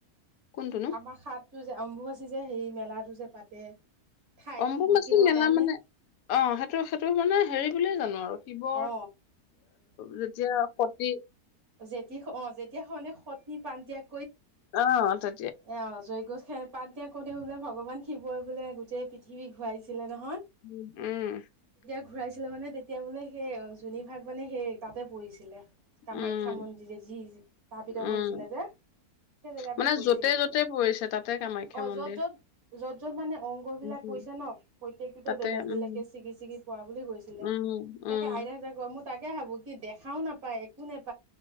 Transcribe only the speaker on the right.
আমাৰ সাত টো যে অম্বুবাচী যে সেই মেলাটো যে পাতে। ঠাইতো
কিহৰ
কাৰণে
অ
যেতিস অ', যেতিয়া সয়নে সতী প্ৰাণ ত্যাগ
এয়া অ' জৈগছ সেৱা পাত দিয়া কোতেও বোলে ভগৱান শিৱই বোলে গোটেই পৃথিৱী ঘূৱাইছিলে নহ
ঘূৰাইছিলে মানে তেতিয়া বোলে সেই যোনি ভাগ মানে হেই তাতে পইছিলে। কামাখ্যা
মন্দিৰে যি স্থাপিত
হৈছিলে যে, সেই জেগাটোত
পৰিছিলে।
অ',
য'ত-য'ত, যত-য'ত মানে অংগ বিলাক
পৰিছে ন পত ত্যেকটোতে
বেলেগ বেলেগকে
চিগি-চিগি পৰা বুলি কৈছিলে,
তাকে
আইতা হঁতে কয় মই তাকে ভাবো কি দেখাও নাপায় একো নেপ